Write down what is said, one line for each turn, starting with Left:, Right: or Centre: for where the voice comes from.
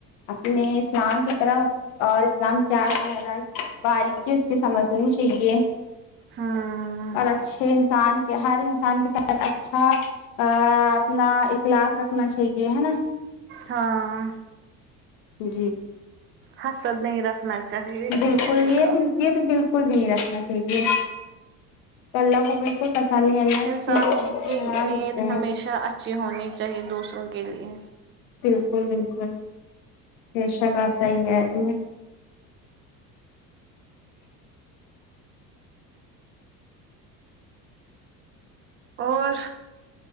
Left: اپنے اسلام کی طرف اور اسلام کیا کہہ رہا ہے باریکی اس کی سمجھنی چاہیے
Right: ہاں
Left: اور اچھے انسان کے ہر انسان کے ساتھ اچھا ا اپنا اخلاق رکھنا چاہیے ہے نا
Right: ہاں
Left: جی جی
Right: حسد نہیں رکھنا چاہیے
Left: بالکل
Right: کسی
Left: یہ
Right: کا
Left: بالکل یہ تو بالکل بھی نہیں رکھنا چاہیے تو اللہ کو بالکل پسند نہیں اللہ اس
Right: انسان
Left: چیز سے بالکل
Right: کی
Left: ناراض
Right: نیت
Left: ہوتے
Right: ہمیشہ
Left: ہیں
Right: اچھی ہونی چاہیے دوسروں کے لیے
Left: بالکل بالکل بے شک اپ صحیح کہہ رہی ہے
Right: اور